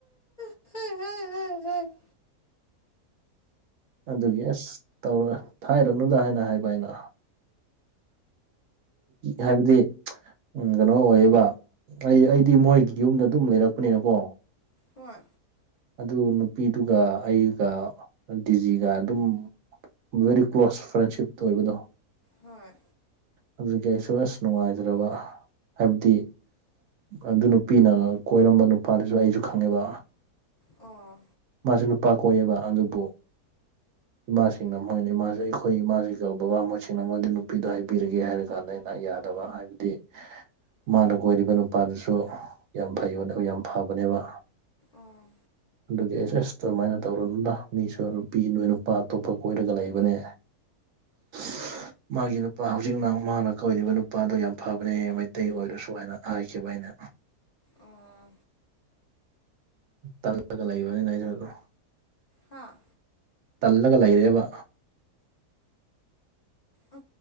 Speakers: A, on the left; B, on the right.
A: <unintelligible>
B: ꯑꯗꯨꯒꯤ ꯑꯁ ꯇꯧꯔ ꯊꯥꯏꯔꯅꯨꯗ ꯍꯥꯏꯅ ꯍꯥꯏꯕ ꯑꯩꯅ ꯍꯥꯏꯕꯗꯤ ꯎꯝ ꯀꯩꯅꯣ ꯑꯣꯏꯕ ꯑꯩ ꯑꯩꯗꯤ ꯃꯣꯏ ꯌꯨꯝꯗ ꯑꯗꯨꯝ ꯂꯩꯔꯛꯄꯅꯤꯅꯀꯣ
A: ꯍꯣꯏ
B: ꯑꯗꯨ ꯅꯨꯄꯤꯗꯨꯒ ꯑꯩꯒ ꯗꯤꯖꯤꯒ ꯑꯗꯨꯝ ꯕꯦꯔꯤ ꯀ꯭ꯂꯣꯁ ꯐ꯭ꯔꯦꯟꯁꯤꯞꯇ ꯑꯣꯏꯕꯗꯣ
A: ꯍꯣꯏ
B: ꯑꯗꯨꯗꯒꯤ ꯑꯩꯁꯨ ꯑꯁ ꯅꯨꯡꯉꯥꯏꯇ꯭ꯔꯕ ꯍꯥꯏꯕꯗꯤ ꯑꯗꯨ ꯅꯨꯄꯤꯅ ꯀꯣꯏꯔꯝꯕ ꯅꯨꯄꯥꯗꯨꯁꯨ ꯑꯩꯁꯨ ꯈꯪꯉꯦꯕ
A: ꯑ
B: ꯃꯥꯁꯨ ꯅꯨꯄꯥ ꯀꯣꯛꯑꯦꯕ ꯑꯗꯨꯕꯨ ꯏꯃꯥꯁꯤꯡꯅ ꯃꯣꯏꯅ ꯏꯃꯥꯁꯦ ꯑꯩꯈꯣꯏ ꯏꯃꯥꯁꯤꯒ ꯕꯕꯥ ꯃꯣꯏꯠꯁꯤꯡꯅ ꯃꯣꯏꯗꯤ ꯅꯨꯄꯤꯗꯣ ꯍꯥꯏꯕꯤꯔꯒꯦ ꯍꯥꯏꯔ ꯀꯥꯟꯗ ꯑꯩꯅ ꯌꯥꯗꯕ ꯍꯥꯏꯕꯗꯤ ꯃꯥꯅ ꯀꯣꯏꯔꯤꯕ ꯅꯨꯄꯥꯗꯨꯁꯨ ꯌꯥꯝ ꯐꯩ ꯌꯥꯝ ꯐꯕꯅꯦꯕ
A: ꯑꯣꯥ
B: ꯑꯗꯨꯒꯤ ꯑꯦꯁ ꯑꯦꯁ ꯑꯗꯨꯃꯥꯏꯅ ꯇꯧꯔꯨꯅꯗ ꯃꯤꯁꯨ ꯅꯨꯄꯤ ꯅꯣꯏ ꯅꯨꯄꯥ ꯑꯇꯣꯞꯄ ꯀꯣꯏꯔꯒ ꯂꯩꯕꯅꯦ <inaudible> ꯃꯥꯒꯤ ꯅꯨꯄꯥ ꯍꯧꯖꯤꯛꯅ ꯃꯥꯅ ꯀꯧꯔꯤꯕ ꯅꯨꯄꯥꯗꯣ ꯌꯥꯝ ꯐꯕꯅꯦ ꯃꯩꯇꯩ ꯑꯣꯏꯔꯁꯨ ꯍꯥꯏꯅ ꯍꯥꯏꯈꯤꯕ ꯑꯩꯅ
A: ꯑꯥ
B: ꯇꯜꯂꯒ ꯂꯩꯕꯅꯤꯅ ꯑꯩꯁꯨꯣꯏꯗꯣ
A: ꯍꯥꯥ
B: ꯇꯜꯂꯒ ꯂꯩꯔꯦꯕ
A: ꯑ